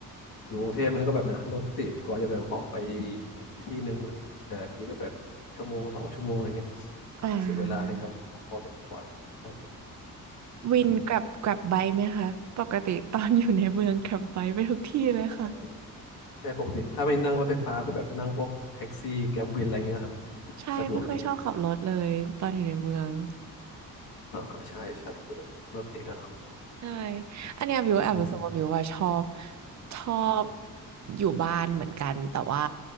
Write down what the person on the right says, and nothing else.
อ่า
วินกลับกลับไบค์ไหมคะปกติตอนอยู่ในเมืองกลับไบค์ไปทุกที่เลยค่ะ
ใช่ไม่ค่อยชอบขับรถเลยตอนอยู่ในเมือง
ใช่อันเนี้ยบิวแอบรู้สึกว่าบิวว่าชอบ
ชอบอยู่บ้านเหมือนกันแต่ว่า